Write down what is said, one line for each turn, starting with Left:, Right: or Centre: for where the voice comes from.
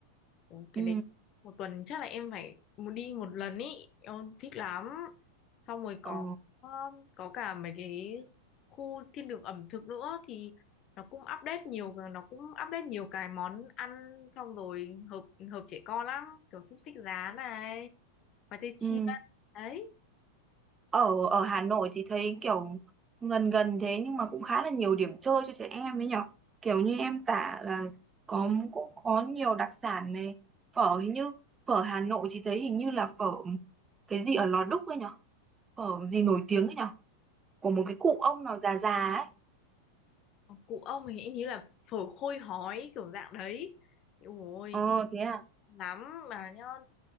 Left: Ủa, cái
Right: Ừ,
Left: đấy một tuần chắc là em phải một đi một lần ý em thích lắm xong rồi có
Right: ờ,
Left: um, có cả mấy cái khu thiên đường ẩm thực nữa thì nó cũng update nhiều nó cũng update nhiều cái món ăn xong rồi hợp hợp trẻ con lắm kiểu xúc xích rán này khoai tây chiên
Right: ừ.
Left: đấy
Right: ở ở Hà Nội thì thấy kiểu gần gần thế nhưng mà cũng khá là nhiều điểm chơi cho trẻ em ấy nhở kiểu như em tả là có cũng có nhiều đặc sản này phở hình như phở Hà Nội thì thấy hình như là phở cái gì ở Lò Đúc ấy nhở phở gì nổi tiếng ấy nhở của một cái cụ ông nào già già ấy
Left: Ờ, cụ ông thì em nghĩ là phở khôi hói kiểu dạng đấy ôi
Right: ờ
Left: cái
Right: thế à
Left: lắm mà nhá